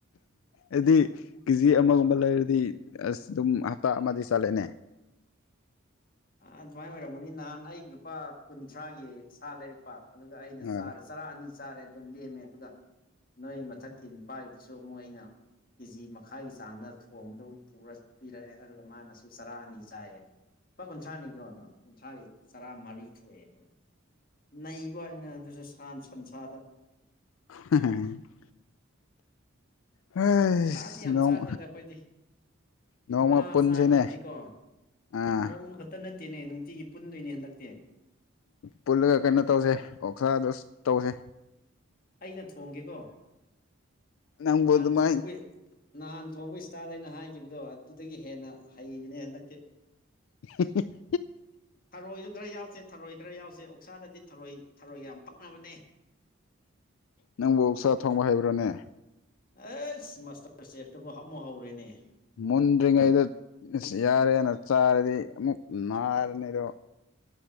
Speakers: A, on the left; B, on the left.
A: ꯑꯗꯨꯗꯤ ꯀꯦꯖꯤ ꯑꯃꯒꯨꯝꯕ ꯂꯩꯔꯗꯤ ꯑꯁ ꯑꯗꯨꯝ ꯍꯞꯇꯥ ꯑꯃꯗꯤ ꯆꯥꯂꯦꯅꯦ
B: ꯑꯗꯨꯃꯥꯏꯅ ꯑꯣꯏꯔꯝꯃꯅꯤ ꯅꯍꯥꯟ ꯑꯩ ꯂꯨꯄꯥ ꯀꯨꯟꯊ꯭ꯔꯥꯒꯤ ꯁꯥꯠꯂꯦ ꯑꯗꯨꯒ ꯑꯩꯅ
A: ꯑꯥ
B: ꯆꯥꯔꯦ ꯆꯔꯥ ꯑꯅꯤ ꯆꯥꯔꯦ ꯑꯗꯨ ꯂꯦꯝꯃꯦ ꯑꯗꯨꯒ ꯅꯣꯏ ꯃꯊꯛꯀꯤ ꯅꯨꯄꯥꯒꯤꯗꯨꯁꯨ ꯑꯃꯨꯛ ꯑꯩꯅ ꯀꯦꯖꯤ ꯃꯈꯥꯏꯒꯤ ꯆꯥꯡꯗ ꯊꯣꯡꯕꯗꯝ ꯄꯤꯔꯛꯑꯦ ꯑꯗꯨꯒ ꯃꯥꯅꯁꯨ ꯆꯔꯥ ꯑꯅꯤ ꯆꯥꯏꯌꯦ ꯂꯨꯄꯥ ꯀꯨꯟꯊ꯭ꯔꯥꯅꯤꯀꯣ ꯑꯗꯣ ꯀꯨꯟꯊ꯭ꯔꯥꯒꯤ ꯆꯔꯥꯃꯔꯤ ꯊꯣꯛꯑꯦ ꯑꯩꯈꯣꯏ ꯅꯩꯕ ꯍꯥꯏꯅ ꯑꯗꯨꯁꯨ ꯁꯟ ꯁꯟꯁꯥꯗ
A: ꯍ ꯍꯩꯁ
B: ꯁꯥꯗꯤ ꯌꯥꯝ
A: ꯅꯣꯡ
B: ꯆꯥꯗꯦꯗ ꯑꯩꯈꯣꯏꯗꯤ
A: ꯅꯣꯡꯃ
B: ꯑꯥ
A: ꯄꯨꯟꯁꯤꯅꯦ
B: ꯆꯥꯕ ꯅ ꯀꯣ
A: ꯑꯥ
B: ꯅꯣꯡꯣꯡ ꯍꯇ ꯅꯠꯇꯦꯅꯦ ꯅꯨꯡꯇꯤꯒꯤ ꯄꯨꯟꯗꯣꯏꯅꯦ ꯍꯟꯗꯛꯇꯦ
A: ꯄꯨꯜꯂꯒ ꯀꯩꯅꯣ ꯇꯧꯁꯦ ꯑꯣꯛꯁꯥꯗ ꯇꯧꯁꯦ
B: ꯑꯩꯅ ꯊꯣꯡꯒꯦꯀꯣ
A: ꯅꯪꯕꯨ
B: ꯅꯍꯥꯟ
A: ꯑꯗꯨꯃꯥꯏ
B: ꯊꯣꯡꯕ ꯅꯍꯥꯟ ꯊꯣꯡꯕ ꯏꯁꯇꯥꯏꯜ ꯍꯥꯏꯅ ꯍꯥꯏꯈꯤꯕꯗꯣ ꯑꯗꯨꯗꯒꯤ ꯍꯦꯟꯅ ꯍꯩꯕꯅꯦ ꯍꯟꯗꯛꯛꯇꯤ
A: <inaudible>
B: ꯊꯔꯣꯏꯁꯨ ꯈꯔ ꯌꯥꯎꯁꯦ ꯊꯔꯣꯏ ꯈꯔ ꯌꯥꯎꯁꯦ ꯑꯣꯛꯁꯥꯗꯗꯤ ꯊꯔꯣꯏ ꯊꯔꯣꯏꯒ ꯌꯥꯝ ꯄꯛꯅꯕꯅꯦ
A: ꯅꯪꯕꯨ ꯆꯥꯛ ꯊꯣꯡꯕ ꯍꯥꯏꯕ꯭ꯔꯣꯅꯦ
B: ꯑꯩꯁ ꯃꯥꯁꯇꯔ ꯆꯦꯐꯇꯨꯕꯨ ꯍꯥꯞꯃꯨ ꯍꯧꯔꯦꯅꯦ
A: ꯃꯨꯟꯗ꯭ꯔꯤꯉꯩꯗ ꯌꯥꯔꯦꯅ ꯆꯥꯔꯗꯤ ꯑꯃꯨꯛ ꯅꯥꯔꯅꯤꯗꯣ